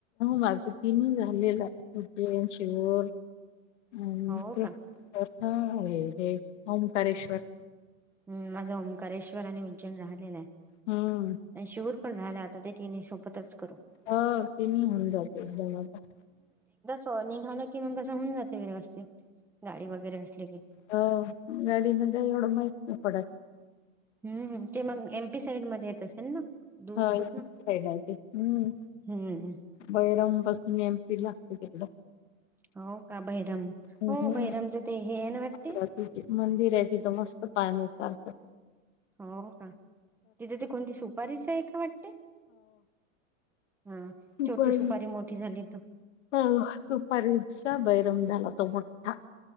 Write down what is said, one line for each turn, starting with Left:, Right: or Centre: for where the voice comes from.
Left: माझं तीनही झालेलं आहे. उज्जैन, शिवर, आणि
Centre: हो
Left: त्र्यंबकेश्वर.
Centre: का
Left: हा रे हे. ओमकारेश्वर.
Centre: हम् माझा ओंकारेश्वर आणि उज्जैन राहिलेला आहे.
Left: हम.
Centre: आणि शिहूर पण झाल आता तेनी पण सोबतच. करू
Left: ह तेिनी होऊन जात एकदम आता.
Centre: हो निघाला कि मग कस पण जातं. व्यवस्थित गाडी वगैरे असले की.
Left: हो गाडीन काही एवढं माहित नाही पडत
Centre: हम्म ते मग ए. म. पी साईड मध्ये येत असेल ना. दूर
Left: हा एम.
Centre: पूर्ण
Left: पी. साईड येते हम्म.
Centre: हम्म
Left: बैरम पासून एम. पी लागते तिकडं.
Centre: हो का बहिरम
Left: हम्म
Centre: हो बहिरमच ते हे आहे ना वाटते.
Left: बाकीचे मंदिर आहे तिथं मस्त पाण्यासारखं.
Centre: हो का तिथे ते कोणती सुपारीच आहे का वाटते. हा
Left: हो
Centre: छोटी
Left: सुपारी
Centre: मोठी झाली तर
Left: हा सुपारीचा बैरम म झाला तो मोठठा.